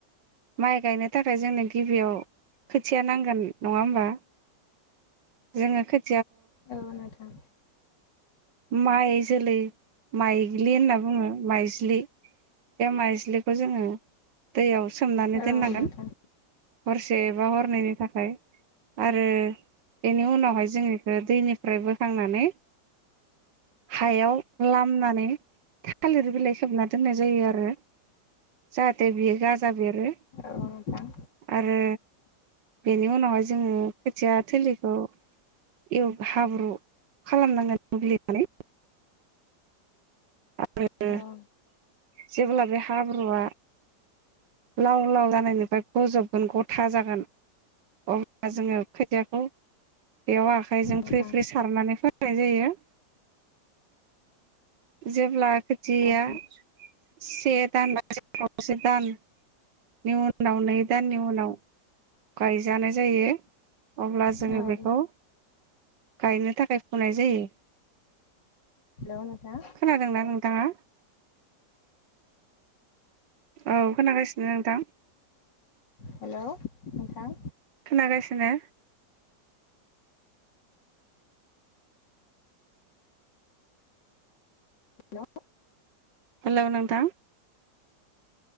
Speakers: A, on the right; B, on the left.
A: माइ गायनो थाखाय जोंनो गिबियाव खोथिया नांगोन नङा होमबा जोङो खो
B: औ नोंथां
A: माइ जोलै माइग्लि होनना बुङो माइज्लि बे माइज्लिखौ जोङो दैयाव सोमनानै दोननांगोन
B: औ नोंथां
A: हरसे बा हरनैनि थाखाय आरो बेनि उनावहाय जों बेखौ दैनिफ्राय बोखांनानै हायाव लामनानै थालिर बिलाइ खोबना दोननाय जायो आरो जाहाथे बियो गाजा बेरो
B: औ नोंथां
A: आरो बेनि उनावहाय जोंङो खोथिया थोलिखौ एव हाब्रु खालामनांगोन। <unintelligible> <unintelligible>
B: औ
A: जेब्ला बे हाब्रुआ लाव लाव जानायनिफ्राय गजबगोन गथा जागोन अब्ला जोंङो खोथियाखौ बेयाव आख खाय जों
B: नोंथां
A: फ्रि फ्रि सारनानै फोनाय जायो। जेब्ला खोथियाया
B: औ
A: से दान <unintelligible> दान उनाव नै दाननि उनाव गायजानाय जायो। अब्ला जोंङो
B: नोंथां औ
A: बेखौ गायनो थाखाय फुनाय जायो।
B: लौ नोंथां
A: खोनादों ना नोंथांङा? औ खोनागासिनो नोंथां।
B: हेलौ नोंथां
A: खोनागासिनो।
B: हेलौ
A: हेलौ नोंथां